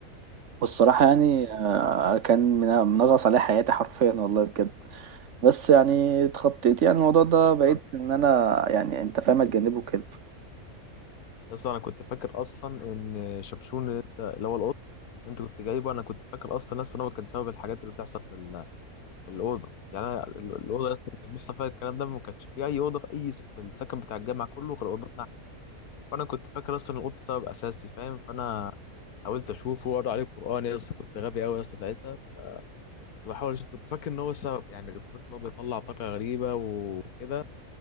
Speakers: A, on the right (about 55°); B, on the left (about 80°).
A: والصراحة يعني آه، كان من- منغص عليه حياتي حرفيا والله بجد بس يعني اتخطيت يعني الموضوع ده بقيت
B: مم.
A: ان انا يعني انت فاهم اتجنبه كده
B: اصلا انا كنت فاكر اصلا ان شبشون اللي انت اللي هو القط انت كنت جايبه انا كنت فاكر اصلا اصلا هو كان سبب الحاجات اللي بتحصل في ال- في الاوضه يعني أنا ال- الاوضه اصلا كان بيحصل فيها الكلام ده ما كانش في اي اوضه في اي س- في السكن بتاع الجامعه كله غير اوضه نحت فانا كنت فاكر اصلا القط سبب اساسي فاهم فانا حاولت اشوفه واقرا عليه القران يا اسطى كنت غبي قوي يا اسطى ساعتها كنت بحاول اشوف كنت فاكر ان هو السبب يعني كنت فاكر ان هو بيطلع طاقه غريبه وكده